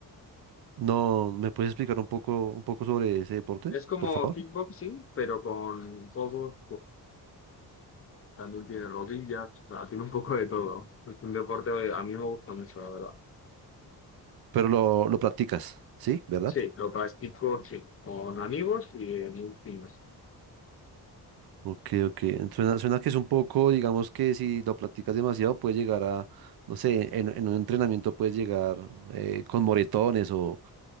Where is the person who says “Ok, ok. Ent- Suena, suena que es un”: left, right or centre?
Right